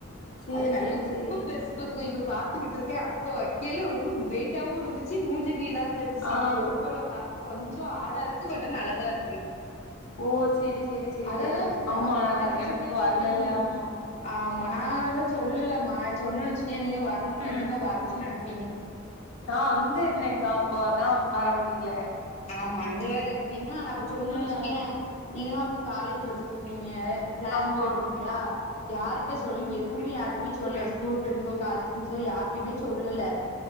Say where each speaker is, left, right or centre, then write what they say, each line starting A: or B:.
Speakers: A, on the left (about 90°); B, on the left (about 30°).
A: சேரி
B: அது நல்லா
A: சேரி சேரி
B: ரொம்ப பெருசு இப்பத்துக்கு இப்ப பாத்துக்கிட்டு இருக்கே அப்போ வெக்கேல ரொம்ப வெயிட்டாவு இருந்துச்சு மூஞ்சிக்கு இதாது தெரிஞ்சுச்சு
A: ஆ
B: இப்ப போட்டோல பாக்க கொஞ்சோ ஆடா இருக்கு பட் நல்லதா இருக்கு
A: ஓ சேரி சேரி சேரி
B: அததா
A: அது
B: அதுங்க
A: ஆமா நா
B: நெத்திச்சூடியா
A: கல்யாணத்துக்கு
B: மெயின்டெயின்
A: வரலல்ல
B: பண்ட்டோ
A: ஆமா
B: ஆமா நாதா சொல்லல மா சொன்னுன்னு வச்சுக்கே நீங்க வரணும்னு
A: ம்
B: கண்டிப்பா வரணும்னு நெனைப்
A: நா அங்க இருந்தேங்கா அப்போ அதா வர முடில
B: ஆமா அங்க வேற இருந்தீங்கனா நா அப்ப சொன்னு
A: ம்
B: வெச்சுக்கயே நீங்களா அப்ப காலேஜ் படிச்சு நீங்க கிளாஸ்
A: ஆமா
B: போயிட்டு இருந்தீங்களா யார்ட்ட சொல்லு எதுவுமே யார்டயுமே சொல்லல ஸ்கூல் ஃப்ரண்ட்ஸோ காலேஜ் ஃப்ரண்ட்ஸோ யார்டயுமே சொல்லல